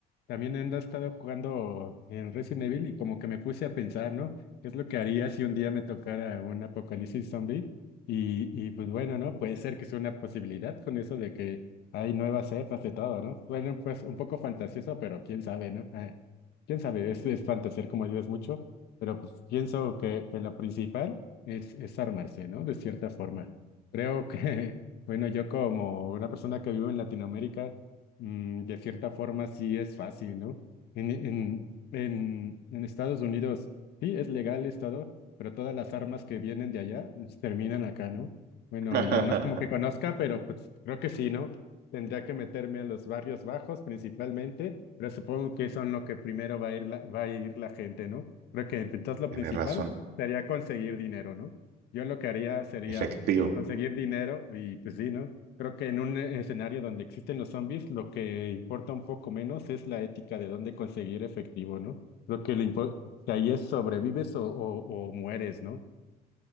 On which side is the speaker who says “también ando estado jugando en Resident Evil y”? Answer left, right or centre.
Left